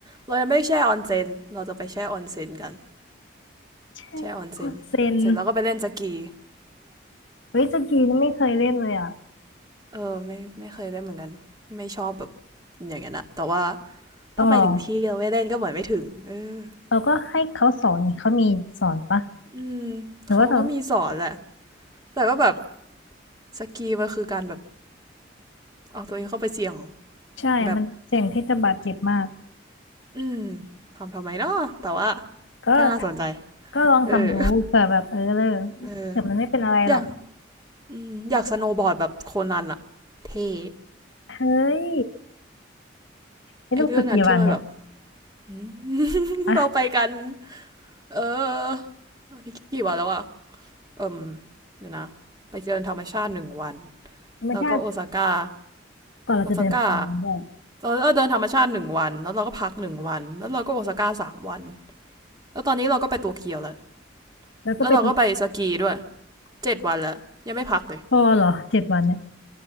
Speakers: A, on the right; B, on the left.
A: เรายังไม่แช่ออนเซนเราจะไปแช่ออนเซนกัน
B: ใช่คนเซน
A: แช่ออนเซนเสร็จแล้วก็ไปเล่นสกี้
B: เฮ้ยสกีนี่ไม่เคยเล่นเลยอ่ะ
A: เออไม่ไม่เคยเล่นเหมือนกันไม่ชอบแบบอย่างนั้นอะแต่ว่า
B: ต้องลอง
A: ถ้าไปถึงที่เราไม่เล่นก็เหมือนไม่ถึงเออ
B: เราก็ให้เขาสอนนี่เขามีสอนปะ
A: อืมเขาก็มีสอนแหละ
B: หรือว่าเรา
A: แต่ก็แบบสกีมันคือการแบบเอาตัวเองเข้าไปเสี่ยง
B: ใช่มันเสี่ยงที่จะบาดเจ็บมาก
A: แบบ อืมทำทำไมเนาะแต่ว่า
B: ก็
A: ก็น่าสนใจ
B: ก็ลองทำดูเผื่อแบบเออเลย
A: เออเออ
B: เผื่อมันไม่เป็นอะไรหรอก
A: อยากอืมอยากสโนว์บอร์ดแบบโคนันอะเท่
B: เฮ้ยนี่ต้องฝึกกี่วันเนี่ย
A: ไอเรื่องนั้นที่มันแบบ <laughs>
B: อะ
A: เราไปกันเอออนี่กี่วันแล้วอะเอิมเดี๋ยวนะไปเดินธรรมชาติหนึ่งวัน
B: ธรรมชาติ
A: แล้วก็โอซาก้า
B: ก่อนเราจะเดินทางด้วย
A: โอซาก้าเราเดินธรรมชาติหนึ่งวันแล้วเราก็พักหนึ่งวันแล้วเราก็โอซาก้าสามวันแล้วตอนนี้เราก็ไปโตัวเกียวแล้ว
B: แล้วก็ไปดู
A: แล้วเราก็ไปสกีด้วยเจ็ดวันแล้วยังไม่พักเลย
B: พอเหรอเจ็ดวันเนี่ย